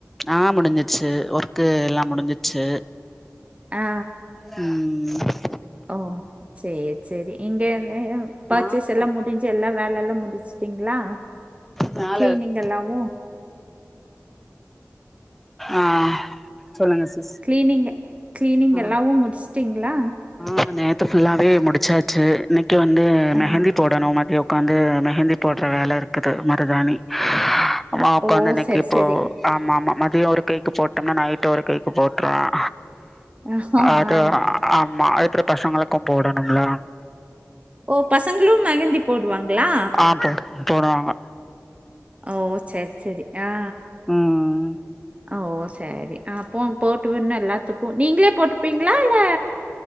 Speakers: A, in the centre; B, on the right (about 25°).
A: ஆ முடிஞ்சிச்சு ஒர்க்கு எல்லாம் முடிஞ்சிச்சு
B: அ
A: ம்
B: ஓ சேரி சரி இங்க இந்த எதோ பர்ச்சேஸ்ல்லா
A: ஆமா
B: முடிஞ்சி எல்லா வேல எல்லா முடிச்ட்டீங்களா
A: மேல
B: கிளீனிங்
A: இருக்கு.
B: எல்லாவு
A: ஆ சொல்லுங்க சிஸ்
B: கிளீனிங்க் க்ளீனிங்
A: ஆ
B: எல்லாவு முடிச்ட்டீங்களா
A: ஆ நேத்து ஃபுல்லாவே முடிச்சாச்சு இன்னைக்கு வந்து
B: ஆ
A: மெஹந்தி போடணும் மதியோ பாந்து மெஹந்தி போட்ற வேல இருக்குது மருதாணி மா உக்காந்து
B: ஓ
A: இன்னைக்கு
B: சேரி
A: ப்போ
B: சேரி
A: ஆமா ஆமா மதியம் ஒரு கேக்கு போட்டோம்னா நைட் ஒரு கேக்கு போட்ருவேன்
B: ஆமா
A: அது ஆமா அதுப்பற பசங்களக்கும் போடணும்ல
B: ஓ பசங்களும் மெஹந்தி போடுவாங்ளா
A: ஆ போட் போடுவாங்க
B: ஓ சேரி சேரி அ
A: ம்
B: அ ஓ சேரி அ போ போட்டு விடுனா எல்லாத்து கோன் நீங்ளே போட்ப்பீங்களா இல்ல